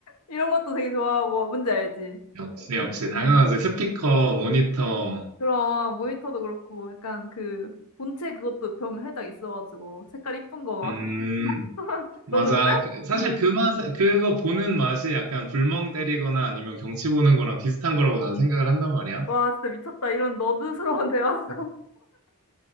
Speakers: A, on the left (about 80°); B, on the right (about 75°).
A: 이런 것도 되게 좋아하고 뭔지 알지?
B: 역시, 역시, 당연하지.
A: 음.
B: 스피커, 모니터.
A: 그런 모니터도 그렇고 약간 그 본체 그것도 병 살짝 있어가지고 색깔 이쁜 거 막
B: 음,
A: <laughs>
B: 맞아.
A: 너도 그래?
B: 그- 사실 그 맛, 그거 보는 맛이 약간 불멍 때리거나 아니면 경치 보는 거랑 비슷한 거라고 난 생각을 한단 말이야.
A: 와 진짜 미쳤다 이런 너드스러운 대화 <laughs>